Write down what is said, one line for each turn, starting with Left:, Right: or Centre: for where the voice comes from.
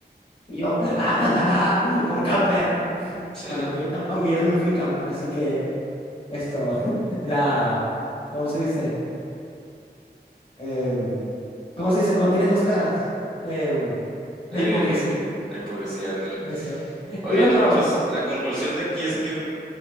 Left: Y yo, <laughs> ¡ah, ja, ja, ja, por camper!
Centre: sí.
Left: Bueno, aunque yo, tam- aunque yo también fui camper, así que esto, <laughs> la, ¿cómo se dice? Em, ¿cómo se dice? Cuando tienes dos caras, Em, la
Centre: Eh,
Left: hipocresía,
Centre: la hipocresía, ándale.
Left: eso.
Centre: Oye,
Left: Y bueno,
Centre: no, pues la conclusión de aquí es que el-